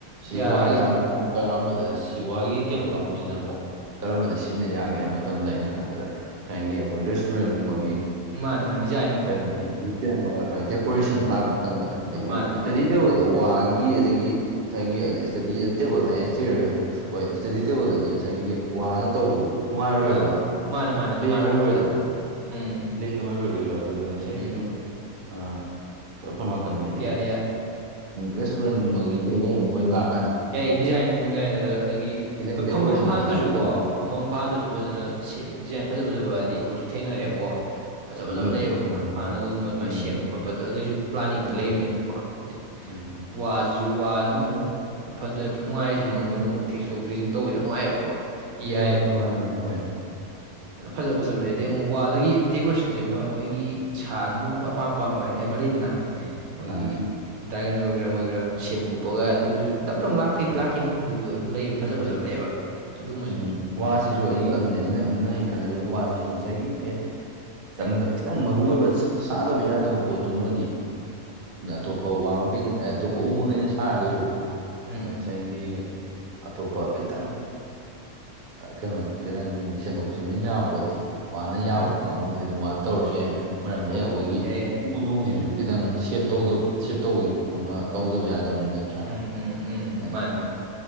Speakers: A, on the right (about 50°); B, on the right (about 75°).
A: ꯁꯤꯋꯥꯒꯤꯁꯤꯅ
B: ꯌꯥꯔꯦ ꯌꯥꯔꯦ
A: ꯑꯃꯨꯛ ꯀꯔꯝꯕꯗ ꯁꯤꯋꯥꯒꯤ ꯀꯩꯅꯣ ꯀꯥꯡꯕꯨꯁꯤꯅ ꯑꯃꯨꯛ ꯀꯔꯝꯕꯗ ꯁꯤꯖꯤꯟꯅ ꯌꯥꯒꯦ ꯍꯥꯏꯕ ꯃꯇꯝꯗ ꯑꯩꯅ ꯈꯟꯕꯗ ꯉꯁꯥꯏꯒꯤ ꯑꯩꯈꯣꯏ ꯔꯦꯁꯇꯨꯔꯦꯟꯒꯨꯝꯕꯒꯤ
B: ꯃꯥꯅꯦ ꯃꯥꯅꯤ ꯌꯥ
A: ꯀꯩꯅꯣꯒꯤ ꯗꯦꯀꯣꯔꯦꯁꯟ
B: ꯎꯝ
A: ꯂꯥꯛꯄ ꯃꯇꯝꯗ ꯍꯥꯏꯗꯤ
B: ꯃꯥꯅꯦ
A: ꯏꯁꯇꯗꯤ
B: ꯃꯥꯅꯦ
A: ꯇꯦꯕꯜꯗ ꯋꯥꯒꯤ ꯑꯗꯒꯤ ꯉꯁꯥꯏꯒꯤ ꯏꯁꯇꯗꯤ ꯇꯦꯕꯜ ꯍꯥꯏ ꯆꯤꯌꯔ ꯍꯥꯏꯁꯨ ꯍꯣꯏ ꯏꯁꯇꯗꯤ ꯇꯦꯕꯜꯗꯗꯤ ꯉꯁꯥꯏꯒꯤ ꯋꯥꯅ ꯇꯧꯕꯗꯨ ꯅꯨꯡꯉꯥꯏꯔꯣꯏꯕ
B: ꯃꯥꯅꯦ ꯃꯥꯅꯦ ꯃꯥꯅꯦ ꯃꯥꯅꯦ
A: ꯄ꯭ꯂꯦꯟ
B: ꯅꯨꯡꯉꯥꯏꯔꯣꯏ
A: ꯑꯣꯏꯔꯣꯏꯗꯅ
B: ꯅꯨꯡꯉꯥꯏꯔꯣꯏ ꯎꯝ
A: ꯄ꯭ꯂꯦꯟ ꯑꯣꯏꯔꯨꯔꯒꯁꯨ ꯑꯗꯨꯗ ꯉꯁꯥꯏ
B: ꯎꯝ
A: ꯁꯨꯝ ꯑ ꯈꯣꯝꯅꯥꯀꯟ ꯍꯥꯏꯗꯤ
B: ꯌꯥꯔꯦ ꯌꯥꯔꯦ
A: ꯔꯦꯁꯇꯨꯔꯦꯟꯒꯨꯝꯕꯒꯤ ꯀꯩꯀꯩ ꯑꯩꯈꯣꯏ ꯂꯥꯛ
B: ꯌꯥꯏꯌꯦ ꯗꯤꯖꯥꯏꯟ ꯅꯨꯡ ꯗꯤꯖꯥꯏꯟ ꯑꯗ ꯑꯗꯒꯤ
A: ꯈꯤꯇꯪ
B: ꯍꯣꯏ
A: ꯗꯦꯀꯣꯔꯦꯁꯟ
B: ꯐꯝꯐꯝ ꯐꯥꯟꯗꯨꯁꯨ
A: ꯃꯆꯥ ꯑꯃ ꯂꯥꯛꯀꯥꯟ
B: ꯀꯣ ꯐꯝꯃꯝ ꯐꯥꯟꯗꯁꯨ
A: ꯎꯝ
B: ꯐꯖꯅ ꯗꯤꯖꯥꯏꯟ ꯐꯖ ꯐꯖꯕ ꯍꯥꯏꯗꯤ ꯑꯩꯈꯣꯏꯁꯨ ꯊꯦꯡꯅꯔꯦꯕꯀꯣ
A: ꯎꯝ
B: ꯐꯖ
A: ꯑꯗꯨꯒꯨꯝꯕꯗꯨ
B: ꯐꯖꯕ ꯂꯩꯌꯦꯕꯒꯨꯝꯕ꯭ꯔ
A: ꯁꯦꯝꯃꯒ
B: ꯐꯥꯅ ꯑꯗꯨꯒꯨꯝꯕ ꯑꯗꯨꯃꯥꯏꯅ
A: ꯎꯝ
B: ꯁꯦꯝꯕ ꯈꯣꯠꯄ ꯑꯗꯨꯗꯣ ꯑꯗꯨꯏꯁꯨ ꯄ꯭ꯂꯥꯅꯤꯡꯗꯨ
A: ꯎꯝ
B: ꯂꯩꯕꯅꯦꯕ ꯀ ꯍꯥꯏꯗꯤ
A: ꯎꯝ
B: ꯋꯥꯁꯤꯁꯨ ꯋꯥꯅ ꯑꯃꯨꯛ ꯐꯖꯔ ꯐ ꯅꯨꯡꯉꯥꯏꯔꯁꯤꯅꯨ ꯃꯣꯏꯅ ꯑꯃꯨꯛ ꯊꯦꯛꯁꯣꯛ ꯊꯦꯛꯖꯤꯟ ꯇꯧꯕꯁ ꯌꯥꯝꯅꯨꯡꯉꯥꯏꯑꯕꯀꯣ ꯌꯥꯏꯑꯦꯕ
A: ꯌꯥꯝ ꯅꯨꯡꯉꯥꯏꯕꯅꯦ
B: ꯑꯗꯨꯅ
A: ꯍꯣꯏ
B: ꯐꯖ ꯐꯖꯕ ꯂꯩꯔꯗꯤ
A: ꯑꯗꯨꯅꯦ
B: ꯑꯃꯨꯛ ꯋꯥꯗꯒꯤ ꯗꯦꯀꯣꯔꯦꯁꯟꯁꯦ ꯑꯃ ꯃꯣꯏꯒꯤ ꯁꯥꯅꯨ ꯑꯄꯥꯝ ꯑꯄꯥꯝꯕ ꯍꯥꯏ ꯑꯃ ꯂꯩꯗꯅ
A: ꯎꯝ
B: ꯃꯣꯏꯒꯤ
A: ꯃꯥꯅꯦ
B: ꯗ꯭ꯔꯥꯒꯟ ꯑꯣꯏꯒꯦꯔꯥ ꯑꯃ ꯑꯣꯏꯒꯦꯔꯥ ꯁꯦꯝ ꯈꯣꯞꯄꯒ ꯑꯗꯨꯁꯨ ꯇꯞ ꯇꯞ ꯂꯄ ꯃꯈꯩꯗꯤ
A: ꯌꯦ
B: ꯂꯥꯛꯈꯤꯅꯤ ꯑꯗꯨꯗꯣ ꯑꯗꯨꯝ ꯂꯩꯕ ꯐꯖ
A: ꯌꯦ
B: ꯐꯖꯕ ꯂꯩꯌꯦꯕ ꯑꯗꯨꯒꯨꯝꯕꯁꯦ
A: ꯎꯝ ꯋꯥꯁꯤꯁꯨ ꯑꯩꯒꯤ ꯑꯗꯨꯅꯦ ꯑꯩꯅ ꯑꯗꯨꯅ ꯑꯩꯅ ꯈꯜꯂꯤꯕ ꯋꯥꯁꯤꯁꯨ ꯉꯁꯥꯏꯒꯤ ꯑꯦ ꯆꯪꯗ ꯈꯤꯇꯪ ꯃꯔꯨ ꯑꯣꯏꯕ ꯆꯗꯕ ꯌꯥꯗꯕ ꯄꯣꯠꯇꯨꯃꯗꯤ ꯑꯇꯣꯞꯄ ꯋꯥ ꯃꯈꯩꯅ ꯑꯇꯣꯞꯄ ꯎ ꯃꯈꯩꯅ ꯁꯥꯔꯒꯁꯨ
B: ꯎꯝ
A: ꯑꯥ ꯉꯁꯥꯏꯒꯤ ꯑꯇꯣꯞꯄ ꯈꯤꯇꯪ ꯀꯩꯅꯣ ꯈꯤꯇꯪ ꯁꯦꯝꯗꯣꯛ ꯁꯦꯝꯖꯤꯟ ꯌꯥꯕꯄꯣꯠꯇꯤ ꯋꯥꯅ ꯌꯥꯕ
B: ꯎꯝ
A: ꯀꯥꯡꯕꯨꯗꯤ ꯑꯗꯨꯝ ꯋꯥꯅ ꯇꯧꯔꯁꯨ ꯌꯥꯏꯅ ꯃꯔꯝꯗꯤ
B: ꯑꯣ
A: <unintelligible> ꯑꯩꯈꯣꯏꯒꯤ
B: ꯌꯥꯏ ꯌꯥꯏ
A: ꯎ <unintelligible> ꯅꯣꯡꯁꯤꯁꯨ ꯈꯤꯇꯪ ꯁꯦꯞ ꯇꯧꯗ ꯁꯦꯞ ꯇꯧꯕꯒꯤ ꯑꯃ ꯇꯧꯗꯕ ꯌꯥꯗꯕꯅꯤ ꯅꯠꯇ꯭ꯔꯥ
B: ꯎꯝ ꯎꯝ ꯎꯝ
A: ꯍꯥꯏꯗꯤ
B: ꯃꯥꯅꯤ ꯃꯥꯅꯤ